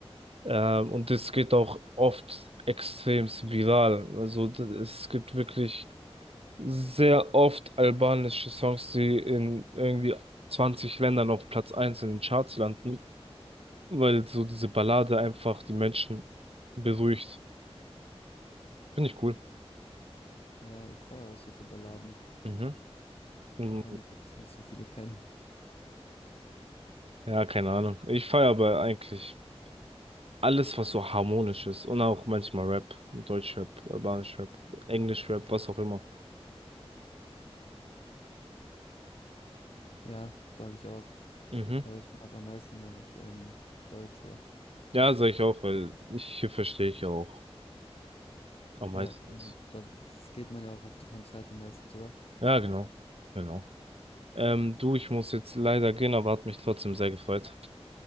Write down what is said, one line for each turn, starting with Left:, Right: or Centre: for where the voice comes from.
Right: Ähm, und das geht auch oft extrem viral. Also d- es gibt wirklich sehr oft albanische Songs, die in irgendwie 20 Ländern auf Platz eins in den Charts landen, weil so diese Ballade einfach die Menschen beruhigt. Finde ich cool.
Left: ja, ich feiere auch solche Balladen,
Right: Mhm. Mhm.
Left: auch wenn ich jetzt nicht so viele kenne.
Right: Ja, keine Ahnung. Ich feiere aber eigentlich alles, was so harmonisch ist. Und auch manchmal Rap, Deutschrap, Albanisch Rap, Englisch Rap, was auch immer.
Left: Ja, sage ich auch.
Right: Mhm.
Left: Aber ich mag am meisten mag ich ähm, Deutschrap.
Right: Ja, sag ich auch, weil ich, hier verstehe ich ja auch am meisten.
Left: Ja, und
Right: was.
Left: da geht man ja auch auf die Konzerte meistens, oder?
Right: Ja, genau. Genau. Ähm, du, ich muss jetzt leider gehen, aber hat mich trotzdem sehr gefreut.